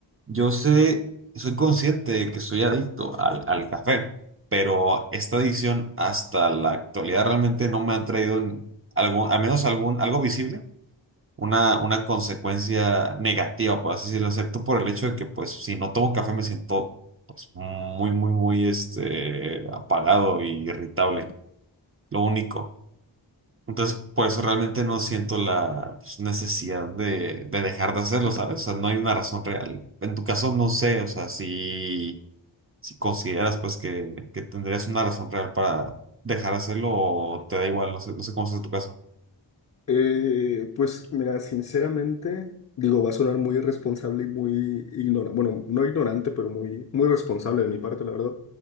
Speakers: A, on the right (about 30°); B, on the left (about 40°).
A: yo sé, soy consciente de que soy adicto al, al café, pero esta adicción hasta la actualidad realmente no me ha traído en algún, al menos algún, algo visible una, una consecuencia negativa, por así decirlo, excepto por el hecho de que, pues, si no tomo café me siento, pues, muy, muy, muy, este, apagado e irritable, lo único. Entonces, por eso realmente no siento la pues, necesidad de, de dejar de hacerlo, ¿sabes? O sea, no hay una razón real. En tu caso, no sé, o sea, si, si consideras, pues, que, que tendrías una razón real para dejar de hacerlo o te da igual, no sé, no sé cómo es tu caso.
B: Eh, pues mira, sinceramente, digo, va a sonar muy irresponsable y muy ignorante, bueno, no ignorante, pero muy, muy responsable de mi parte, la verdad.